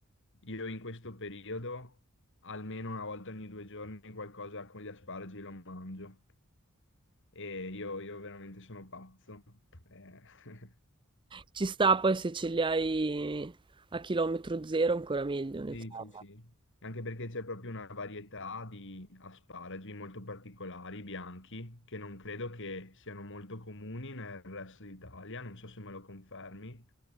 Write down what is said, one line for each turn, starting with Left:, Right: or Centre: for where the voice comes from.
Left: io in questo periodo almeno una volta ogni due giorni qualcosa con gli asparagi lo mangio e io, io veramente sono pazzo. Eh, <laughs>
Right: Ci sta poi se ce li hai a chilometro zero ancora meglio, nel
Left: Sì,
Right: senso,
Left: sì, sì. Anche perché c'è proprio una varietà di asparagi molto particolari, bianchi, che non credo che siano molto comuni nel resto d'Italia, non so se me lo confermi.